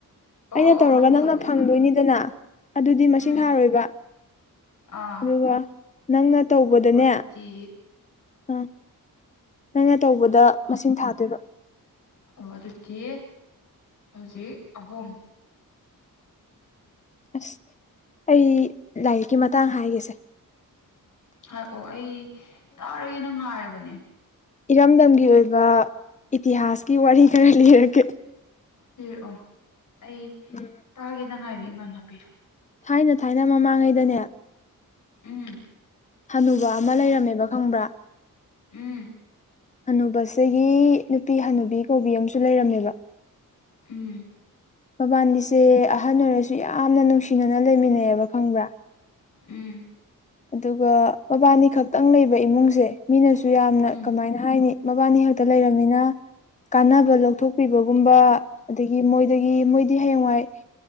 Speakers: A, on the left (about 60°); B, on the left (about 20°).
A: ꯑꯣ
B: ꯑꯩꯅ
A: ꯑꯣ ꯑꯣ
B: ꯇꯧꯔꯒ
A: ꯅꯪꯒꯤ
B: ꯅꯪꯅ
A: ꯑꯣꯏꯗꯣꯏꯕ
B: ꯐꯪꯗꯣꯏꯅꯤꯗꯅ ꯑꯗꯨꯗꯤ ꯃꯁꯤꯡ
A: ꯎꯝ
B: ꯍꯥꯔꯣꯏꯕ
A: ꯑꯥ
B: ꯑꯗꯨꯒ ꯅꯪꯅ ꯇꯧꯕꯗꯅꯦ
A: ꯑꯣ ꯑꯗꯨꯗꯤ
B: ꯑꯥ ꯅꯪꯅ ꯇꯧꯕꯗ ꯃꯁꯤꯡ ꯊꯥꯗꯣꯏꯕ
A: ꯑꯣ ꯑꯗꯨꯗꯤ ꯍꯧꯖꯤꯛ ꯑꯍꯨꯝ
B: ꯑꯁ ꯑꯩ ꯂꯥꯏꯔꯤꯛꯀꯤ ꯃꯇꯥꯡ ꯍꯥꯏꯒꯁꯦ
A: ꯍꯥꯏ ꯑꯣ ꯑꯩ ꯇꯥꯔꯒꯦꯅ ꯉꯥꯏꯔꯕꯅꯦ
B: ꯏꯔꯝꯗꯝꯒꯤ ꯑꯣꯏꯕ ꯏꯇꯤꯍꯥꯁꯀꯤ ꯋꯥꯔꯤ ꯈꯔ ꯂꯤꯔꯒꯦ
A: ꯂꯩ ꯑꯣ ꯑꯩ
B: ꯎꯝ
A: ꯇꯥꯒꯦꯅ ꯉꯥꯏꯔ ꯏꯃꯥꯟꯅꯕꯤ
B: ꯊꯥꯏꯅ ꯊꯥꯏꯅ ꯃꯃꯥꯡꯉꯩꯗꯅꯦ
A: ꯎꯝ
B: ꯍꯅꯨꯕ ꯑꯃ ꯂꯩꯔꯝꯃꯦꯕ ꯈꯪꯕ꯭ꯔꯥ
A: ꯎꯝ
B: ꯑꯅꯨꯕꯁꯤꯒꯤ ꯅꯨꯄꯤ ꯍꯅꯨꯕꯤ ꯀꯧꯕꯤ ꯑꯃꯁꯨ ꯂꯩꯔꯝꯃꯦꯕ
A: ꯎꯝ
B: ꯃꯕꯥꯅꯤꯁꯦ ꯑꯍꯟ ꯑꯣꯏꯔꯁꯨ ꯌꯥꯝꯅ ꯅꯨꯡꯁꯤꯅꯅ ꯂꯩꯃꯤꯟꯅꯩꯌꯦꯕ ꯈꯪꯕ꯭ꯔꯥ
A: ꯎꯝ
B: ꯑꯗꯨꯒ ꯃꯕꯥꯅꯤ ꯈꯛꯇꯪ ꯂꯩꯕ ꯏꯃꯨꯡꯁꯦ ꯃꯤꯅꯁꯨ ꯌꯥꯝꯅ
A: ꯎꯝ
B: ꯀꯃꯥꯏꯅ ꯍꯥꯏꯅꯤ ꯃꯕꯥꯅꯤ ꯑ ꯍꯦꯛꯇ ꯂꯩꯔꯝꯃꯤꯅ ꯀꯥꯟꯅꯕ ꯂꯧꯊꯣꯛꯄꯤꯕꯒꯨꯝꯕ ꯑꯗꯒꯤ ꯃꯣꯏꯗꯒꯤ ꯃꯣꯏꯗꯤ ꯍꯌꯦꯡꯋꯥꯏ